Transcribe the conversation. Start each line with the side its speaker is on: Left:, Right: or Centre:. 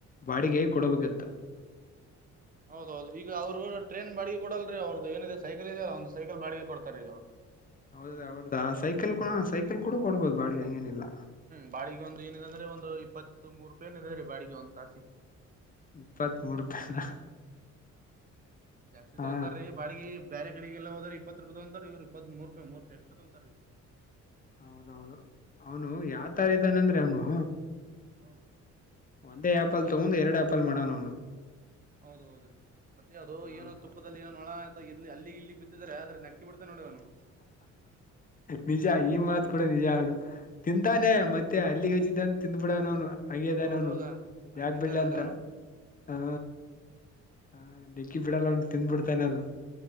Left: ಬಾಡಿಗೆ ಕೊಡಬೇಕಿತ್ತು.
Right: ಹೌದೌದು ಈ ಅವರು ಟ್ರೇನ್ ಬಾಡಿಗೆ ಕೊಡಲ್ರಿ ಅವ್ರ್ದ ಏನಿದೆ ಸೈಕಲ್ದೆಲ್ಲ ಒಂದ ಸೈಕಲ್ ಬಾಿಗೆ ಕೊಡ್ತ ಈಗ ಅವ್ರು.
Left: ಹೌದ ಅವ್ರದ ಸೈಕಲ್ ಕೂ ಸೈಕಲ್ ಕೂಡ ಕೊಡ್ಬಹದು ಬಾಡಿಗೆ ಹಂಗೇನಿಲ್ಲ
Right: ಹೂ ಒಂದು ಏನಿದೆ ಅಂದ್ರೆ ಒಂದು ಇಪ್ಪತ್ತು ಮೂರು ರೂಪಾಯಿ ಏನ ಇದದೆ ರೀ ಬಾಡಿಗೆ ಒಂದ್ಾಸಿ
Left: ಇಪ್ಪತ್ ಮೂೂರು ರೂಪಾಯಿನ
Right: ಜಾಸ್ತಿ
Left: ಹಾ
Right: ತಗೊತಾರಿ ಬಾಡಿಗಿ ಬೇರೆ ಕ ಡೆಗೆಲ್ಲ ಹೋದ್ರ ಇಪ್ಪತ್ತು ರೂಪಾಯ ತೊಾರ ರವ್ ಇಪ್ಪತ್ರು ರೂಪಾಯ ಮೂರು ರೂಪಿ ಎಕ್ಟ್ರ ತೊಂತಾರೀ
Left: ಹೌದೌದು ಅವನು ಯಾವ ತರ ಇದ್ದಾನಂದ್ರೆ ಅವ್ನು
Right: ಹೌದು.
Left: ಒಂದೇ ಆಪಲ್ ತೊಗೊಂಡ್ ಎರಡ್ ಆಪಲ್ ಮಾಡವನು
Right: ಹೌದ ಹೌದು ಮತ್ತೆ ಅದು
Left: ಅವನು
Right: ಏನೋ ತುಪ್ಪದಲ್ಲಿ ಏನೋ ಒಳ ಇಲ್ಲಿ ಅಲ್ಲಿಗ್ ಇಲ್ಲಿ ಬಿದ್ದಿದಿದ್ದಾರೆ ಆದ್ರೆ ನಕ್ಕಿ ಬಿಡ್ತೆ ನೋಡಿ ಅವ್ನು
Left: ನಿಜ ಈ ಮಾತ್ ಕೂಡ ನಿಜ ಆಗನು.. ತಿಂತಾನೆ ಮತ್ತೆ ಅಲ್ಲಿಗೆಚ್ಚಿದ್ದಂತ ತಿಂದುಬಿಡೋನು ಹಂಗದನೋನು
Right: ಹೌದೌದಾ ಹಂಗಿದ್ದ
Left: ಯಾಕ್ ಬಿಡ್
Right: ನೋಡಿ
Left: ಅಂತ
Right: ಅವನು.
Left: ಹಾ ಹ ಡಿಕ್ಕಿ ಬಿಡಲ್ಲ ಒ ತಿಂದು ಬಿಡ್ತಾನನೆೆ ಅದು